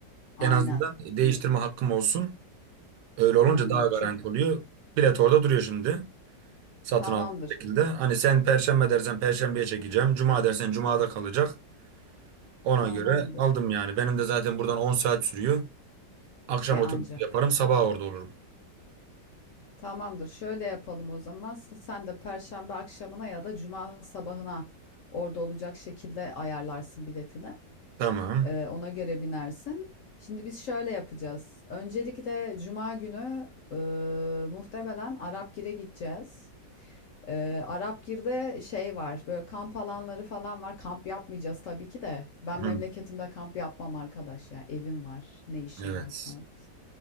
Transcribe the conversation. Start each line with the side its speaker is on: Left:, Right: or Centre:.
Left: Aynen.
Right: en azından değiştirme
Left: İyi.
Right: hakkım olsun. Öyle olunca
Left: Aynen.
Right: daha garanti
Left: Çok mu?
Right: oluyor. Bilet orada duruyor şimdi satın
Left: Tamamdır.
Right: aldım şekilde. Hani sen Perşembe dersen Perşembeye çekeceğim. Cuma dersen Cuma'da kalacak. Ona
Left: Tamamdır.
Right: göre aldım yani. Benim de zaten buradan 10 saat sürüyor. Akşam
Left: E ancak.
Right: otobüsü yaparım sabah orada olurum.
Left: Tamamdır. Şöyle yapalım o zaman. S- Sen de Perşembe akşamına ya da Cuma sabahına orada olacak şekilde ayarlarsın biletini.
Right: Tamam.
Left: Ee, ona göre binersin. Şimdi biz şöyle yapacağız. Öncelikle Cuma günü e, muhtemelen Arapgir'e gideceğiz. Ee, Arapgir'de şey var böyle kamp alanları falan var kamp yapmayacağız tabii ki de ben
Right: Hı,
Left: memleketimde kamp yapmam arkadaş ya evim var ne işim
Right: evet.
Left: var falan